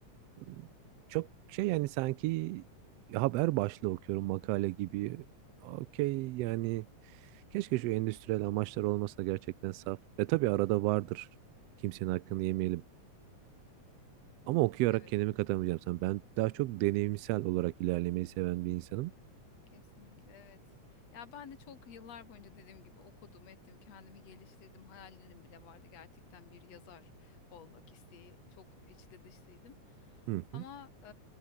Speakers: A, on the right; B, on the left.
A: ıı, çok şey yani sanki haber başlığı okuyorum makale gibi. Okey yani keşke şu endüstriyel amaçlar olmasa gerçekten saf. E tabii arada vardır. Kimsenin hakkını yemeyelim. Ama okuyarak
B: evet.
A: kendimi katamayacağım sana. Ben daha çok deneyimsel olarak ilerlemeyi seven bir insanım.
B: Kesinlikle evet. Ya ben de çok yıllar boyunca dediğim gibi okudum, ettim, kendimi geliştirdim. Hayallerim bile vardı gerçekten bir yazar olmak isteği. Çok içli dışlıydım.
A: Hı
B: Ama
A: hı.
B: e,